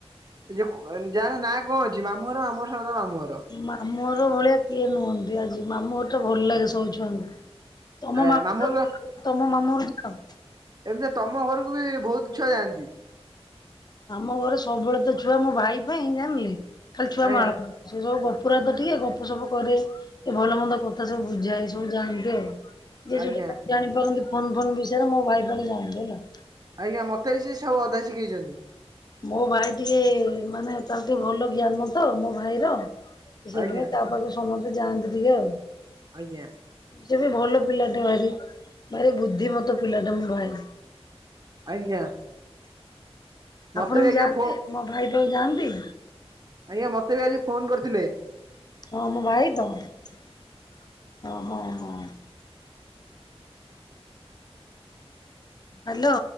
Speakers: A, on the right; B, on the left.
A: ଯାହାର ନାଁ କଣ ଅଛି ମାମୁଁ ଘର ମାମୁ ସହିତ ମାମୁଁ ଘର।
B: ମାମୁଁଘର ଭଳିଆ କିଏ ନୁହନ୍ତି ଆଜି ମାମୁଁ ଘର ଟା ଭଲ ଲାଗେ ସବୁ ଛୁଆଙ୍କୁ। ତମ
A: ଆଜ୍ଞା
B: ମାମୁଁ
A: ଘର
B: ତମ ମାମୁଁ ଯାଅ?
A: ଏମିତିରେ ତମ ଘରକୁ ବି ବହୁତ ଛୁଆ ଯାଆନ୍ତି।
B: ଆମ ଘରେ ସବୁବେଳେ ତ ଛୁଆ ମୋ ଭାଇ ପାଇଁ ଜାଣିଲି ଖାଲି ଛୁଆ
A: ଆଜ୍ଞା
B: ମାଳ। ସେ ସବୁ ଗପୁରାତ ଟିକେ ଗପ ସପ କରେ। ଏ ଭଲ ମନ୍ଦ କଥା ସବୁ ବୁଝାଏ ସବୁ ଯାଆନ୍ତି ଆଉ। ଯିଏ ଯୋଉଠି
A: ଆଜ୍ଞା
B: ଜାଣି ପାରନ୍ତି ଫୋନ ଫୋନ୍ ବିଷୟରେ ମୋ ଭାଇ ଭା ଜାଣି ହେଲା।
A: ଆଜ୍ଞା ମତେ ବି ସିଏ ସବୁ ଅଧା ଶିଖେଇଛନ୍ତି।
B: ମୋ ଭାଇ ଟିକେ ମାନେ ତାର ଟିକେ ଭଲ ଜ୍ଞାନ ତ ମୋ ଭାଇ ର ସେଇଥିପାଇଁ
A: ଆଜ୍ଞା
B: ତା ପାଖକୁ ସମସ୍ତେ ଯାଆନ୍ତି ଟିକେ ଆଉ।
A: ଆଜ୍ଞା।
B: ସେ ବି ଭଲ ପିଲାଟା ଭାରି ଭାରି ବୁଦ୍ଧିମତ ପିଲାଟା ମୋ ଭାଇ।
A: ଆଜ୍ଞା। ମତେ
B: ଆପଣ ବି
A: ଆଜ୍ଞା
B: ଯାଆନ୍ତି
A: ଫୋ
B: ମୋ ଭାଇ ପାଖକୁ ଯାଆନ୍ତି?
A: ଆଜ୍ଞା ମତେ ବି ଆଜି ଫୋନ କରିଥିଲେ।
B: ହଁ ମୋ ଭାଇ ତ ଓ ହଁ, ହଁ। ହ୍ୟାଲୋ